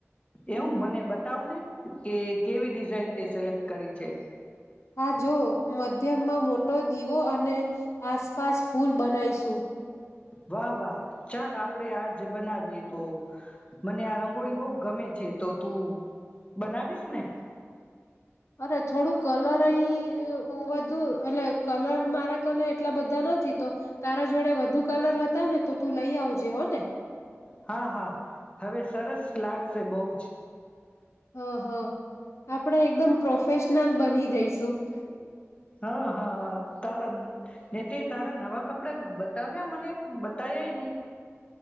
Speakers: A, on the left; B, on the left.
A: એવુ મને બતાવ ને કે કેવી ડિઝાઇન તે સિલેક્ટ કરી છે.
B: હા જો મધ્યમમાં મોટો દીવો અને આસપાસ ફૂલ બનાઈશું.
A: વાહ વાહ ચાલ આપડે આજ બનાવીએ તો મને આ રંગોળી બો ગમે છે તો તું બનાવીશ ને
B: અરે થોડું કલર અ ઈ વધુ એટલે કલર મારા કને એટલા બધા નથી તો તારા જોડે વધુ કલર હતા ને તો તું લઈ આવજે હ ને
A: હા હા હવે સરસ લાગશે બવ જ
B: હા હા આપણે એકદમ પ્રોફેશ નલ બની જઈશું.
A: હા હા હા તારા ને તે તારા નવા કપડા બતાવ્યા મને બતાવ્યાય નહી.